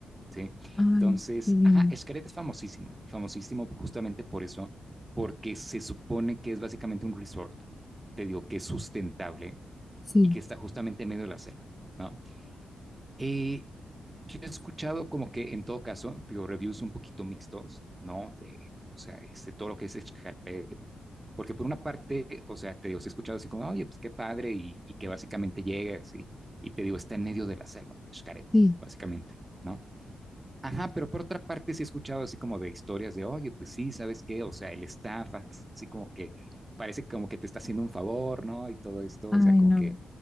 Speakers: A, on the right (about 20°); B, on the left (about 15°).
A: ¿sí?
B: Ay,
A: Entonces,
B: qué lindo.
A: ajá, Xcaret es famosísimo, famosísimo justamente por eso, porque se supone que es básicamente un resort, te digo, que es sustentable
B: Sí,
A: y que está justamente en medio de la selva, ¿no? Eh, yo he escuchado como que en todo caso, digo, reviews un poquito mixtos, ¿no? De, o sea, este, todo lo que es Xcaret, porque por una parte, o sea, te digo, sí he escuchado así como, oye, pues qué padre, y, y que básicamente llegas y, y te digo, está en medio de la selva, Xcaret,
B: sí.
A: básicamente, ¿no? Ajá, pero por otra parte sí he escuchado así como de historias de, oye, pues sí, ¿sabes qué? O sea, el staff así como que parece como que te está haciendo un favor, ¿no? Y todo esto,
B: Ay,
A: o sea, como
B: no.
A: que,